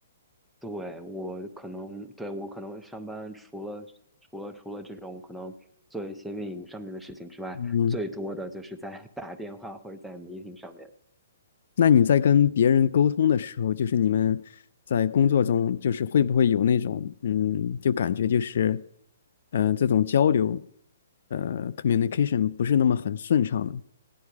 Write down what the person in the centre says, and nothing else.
对，我可能，对，我可能上班除了除了除了这种可能做一些运营上面的事情之外，
最多的就是在 <laughs> 打电话或者在 meeting 上面。